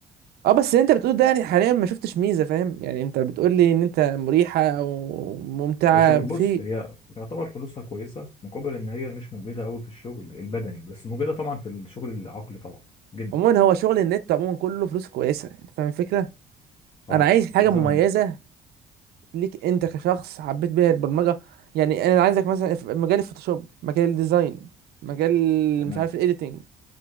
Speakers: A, on the right; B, on the left.
A: اه بس اللي انت بتقول ده يعني حاليا ما شفتش ميزه فاهم يعني انت بتقول لي ان انت مريحه او ممتعه
B: هي شو بص
A: في
B: هي يعتبر فلوسها كويسة مقابل إن هي مش مجهدة أوي في الشغل البدني بس مجهدة طبعا في الشغل العقلي طبعا جدا
A: عموما هو شغل النت عموما كله فلوس كويسه انت فاهم الفكره
B: اه
A: انا عايز حاجه
B: في الزمن
A: مميزه
B: ده
A: ليك انت كشخص حبيت بيها البرمجه يعني انا عايزك مثلا في مجال الفوتوشوب مجال الديزاين مجال
B: تمام
A: مش عارف الايديتنج